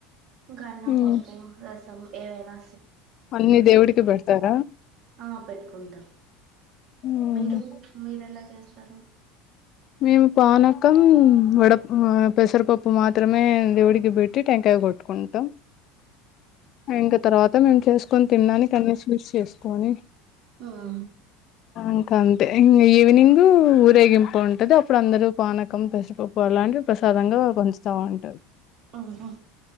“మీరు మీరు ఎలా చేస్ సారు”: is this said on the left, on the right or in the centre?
Right